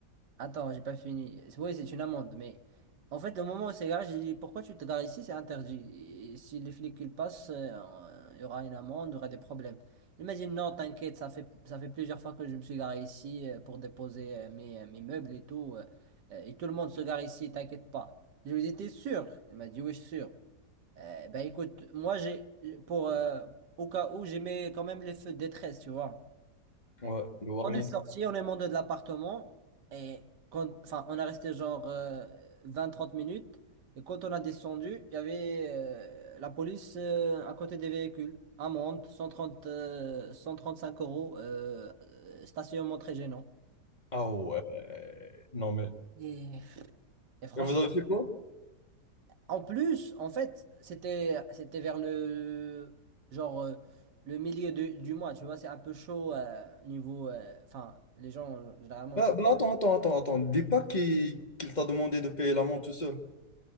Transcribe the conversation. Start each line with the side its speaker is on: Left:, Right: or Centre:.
Right: Attends, j'ai pas fini. Oui, c'est une amende, mais en fait, le moment où c'est garé, j'ai dit pourquoi tu te gares ici, c'est interdit. Et si les flics ils passent, euh, il y aura une amende, il y aura des problèmes. Il m'a dit non, t'inquiète, ça fait, ça fait plusieurs fois que je me suis garé ici euh, pour déposer euh, mes, euh, mes meubles et tout. euh, euh, et tout le monde se gare ici, t'inquiète pas. Je lui ai dit, t'es sûr? Il m'a dit oui, je suis sûr. Euh, ben écoute, moi j'ai pour euh, au cas où j'ai mis quand même les feux de détresse, tu vois.
Left: Ouais, le warning.
Right: On est sorti, on est monté de l'appartement et quand, enfin, on est resté genre 20-30 minutes. Et quand on a descendu, il y avait euh, la police euh, à côté des véhicules. Amende, 130, euh, 135 euros, euh, euh, stationnement très gênant.
Left: Ah ouais. Non mais.
Right: Et- Et franchement,
Left: Et vous avez fait quoi?
Right: en plus, en fait, c'était c'était vers le genre euh, le milieu de- du mois, tu vois, c'est un peu chaud euh, niveau. euh, Enfin, les gens, euh, généralement,
Left: Bah, bah, attends, attends, attends, attends. Dis pas qu'il qu'il t'a demandé de payer l'amende tout seul.